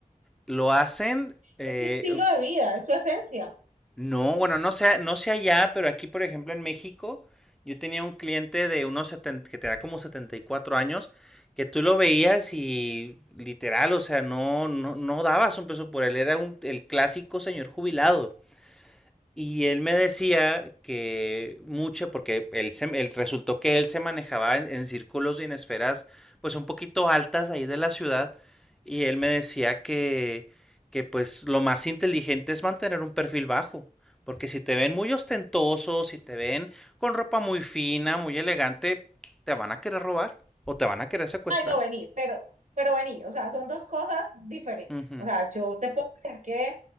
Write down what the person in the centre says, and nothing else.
Lo hacen, eh,
no, bueno, no sé, no sé allá, pero aquí, por ejemplo, en México, yo tenía un cliente de unos 70, que tenía como 74 años, que tú lo veías y literal, o sea, no, no, no dabas un peso por él, era un, el clásico señor jubilado. Y él me decía que mucho, porque él, se- él resultó que él se manejaba en, en círculos y en esferas pues un poquito altas ahí de la ciudad, y él me decía que, que pues lo más inteligente es mantener un perfil bajo, porque si te ven muy ostentoso, si te ven con ropa muy fina, muy elegante, te van a querer robar o te van a querer secuestrar.
Ujú.